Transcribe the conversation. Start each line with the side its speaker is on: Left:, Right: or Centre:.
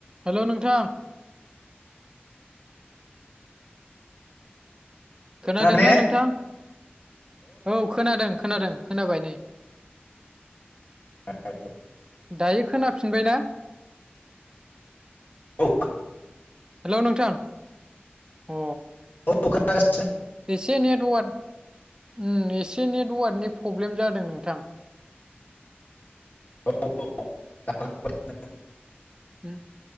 Right: Hello नोंथां खोनादोंना
Left: खोनादों ने?
Right: नोंथां औ खोनादों खोनादों खोनाबाय नै
Left: आ <unintelligible>
Right: दायो खोनाफिनबाय ना
Left: औ
Right: हेलौ नोंथां अ
Left: <inaudible>
Right: एसे एनैआ दवाद उम एस बे नेटवादनि पब्लेम जादों नोंथां
Left: <unintelligible>
Right: उम